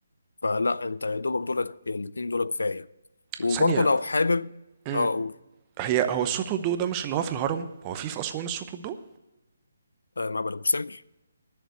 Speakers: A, on the left; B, on the right.
A: فلا انت يا دوبك دولت الاثنين دول كفايه وبرضه
B: ثانية
A: لو حابب
B: مم.
A: اه اقول
B: هي هو الصوت والضوء ده مش اللي هو في الهرم هو في في أسوان الصوت والضوء
A: آه، معبد ابو سمبل